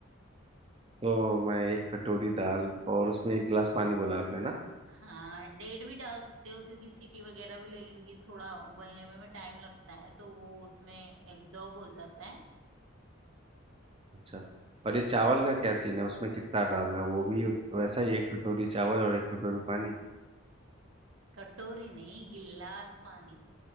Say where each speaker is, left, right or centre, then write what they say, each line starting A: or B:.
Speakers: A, on the right (about 30°); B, on the right (about 85°).
A: तो मैं एक कटोरी दाल और उसमें एक गिलास पानी बोला आपने ना
B: हाँ डेढ़ भी डाल सकते हो क्योंकि सीटी वगैरह भी लगेंगी थोड़ा उबलने में भी टाइम लगता है तो वो उसमें एब्जॉर्ब हो जाता है
A: अच्छा और ये चावल का क्या सीन है उसमें कितना डालना है वो भी उत- वैसा ही एक कटोरी चावल और एक कटोरी पानी
B: कटोरी नहीं गिलास पानी